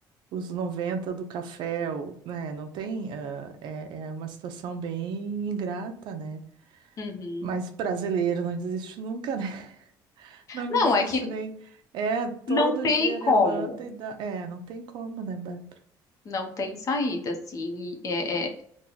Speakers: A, on the right; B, on the left.
A: os 90 do café, o- né? Não tem, ah, é, é uma situação bem ingrata, né?
B: Uhum.
A: Mas brasileiro não desiste nunca, né? <laughs> Não desiste
B: Não, é que
A: nem. É, todo
B: não tem
A: dia
B: como.
A: levanta e dá. É, não tem como, né, Bárbara?
B: Não tem saída, assim. e É, é-